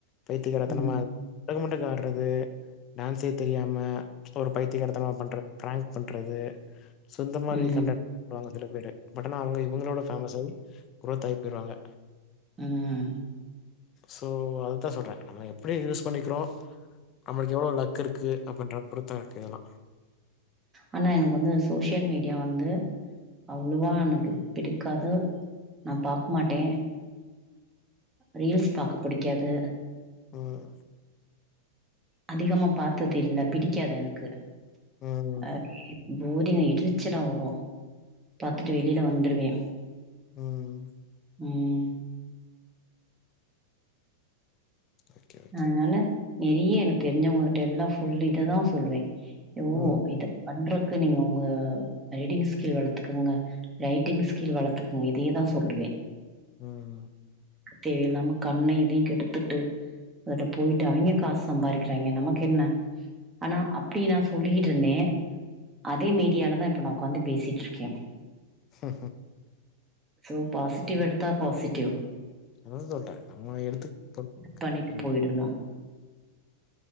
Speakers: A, on the left (about 35°); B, on the right (about 20°).
A: பைத்தியிகாரத்தனமா
B: ம்
A: அவ பொண்டாட்டி ஆட்றது டான்ஸே தெரியாம ஒரு பைத்திய காரத்தனமா பண்ற பிரங்க் பண்றது சோ இந்த மாரி
B: ம்
A: கன்டன் வருவாங்க சில பேரு பட் ஆனா அவுங்க இவுங்களோட பேமஸ் ஆயி குரோத் ஆய் போய்ருவாங்க
B: ம்
A: சோ அதுதா சொல்றே நம்ம எப்டி யூஸ் பண்ணிக்றோ நம்மளுக்கு எவ்ளோ லக் இருக்கு அப்டின்ற அப்டி தா இருக்கு இதெல்லா
B: ஆனா எனக்கு வந்து சோசியல் மீடியா வந்து அவ்ளோவா எனக்கு பிடிக்காது நா பாக் மாட்டே ரீல்ஸ் பாக்க புடிக்காது
A: ம்
B: அதிகமா பாத்ததில்ல பிடிக்காது எனக்கு
A: ம்.
B: அ போரிங்கா எரிச்சலா வரு பாத்துட்டு வெளியில வந்துருவே
A: ம்
B: ம்
A: ஓகே, ஓகே.
B: அதனால நெறிய எனக்கு தெரிஞ்சவங்க கிட்ட எல்லா ஃபுல் இத தா சொல்லுவே ஓஹோ
A: ம்.
B: இத பண்றக்கு நீங்க உங்க ரீடிங் ஸ்கில் வளத்துக்குங்க ரைட்டிங் ஸ்கில் வளத்துக்குங்க இதையே தா சொல்லுவே
A: ம்
B: தேவயில்லாம கண்ணை இதையு கெடுத்துட்டு அதோட போயிட்டு அவிங்க காஸ் சம்பாரிக்கிறாய்ங்க நமக்கென்ன ஆனா அப்டி நா சொல்லியீட்டு இருந்தே அதே மீடியால தா இப்ப நா உக்காந்து பேசிட்ருக்கே
A: ஹ
B: சோ பாசிட்டிவ் எடுத்தா போசிட்டிவ்
A: அததா சொல்ட்டே நம்ம எடுத்துக்கறத்
B: கட் பண்ணிட்டு
A: ம்
B: போயிடணு